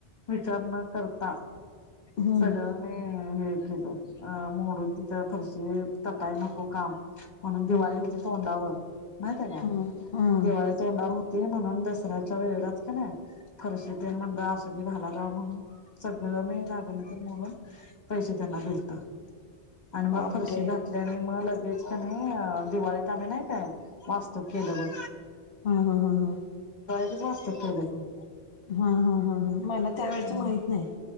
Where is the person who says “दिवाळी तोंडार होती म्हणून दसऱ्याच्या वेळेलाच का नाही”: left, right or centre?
Left